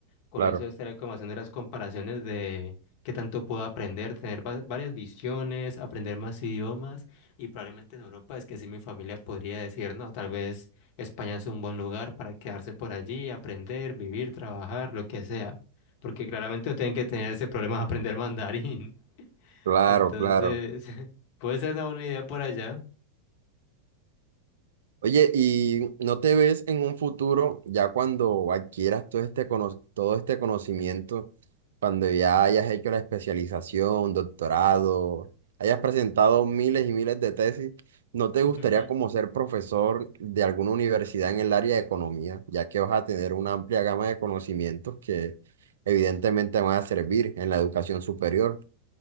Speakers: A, on the left; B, on the right.
A: Con
B: Claro,
A: eso estaría como haciendo las comparaciones de qué tanto puedo aprender, tener va- varias visiones, aprender más idiomas y probablemente en Europa es que sí mi familia podría decir, no, tal vez España es un buen lugar para quedarse por allí, aprender, vivir, trabajar, lo que sea, porque claramente no tienen que tener ese problema de aprender mandarín.
B: claro,
A: <laughs> Entonces,
B: claro.
A: <laughs> puede ser una buena idea por allá.
B: Oye, ¿y no te ves en un futuro, ya cuando adquieras todo este, cono- todo este conocimiento, cuando ya hayas hecho la especialización, doctorado, hayas presentado miles y miles de tesis, ¿no te
A: <laughs>
B: gustaría como ser profesor de alguna universidad en el área de economía, ya que vas a tener una amplia gama de conocimientos que evidentemente van a servir en la educación superior?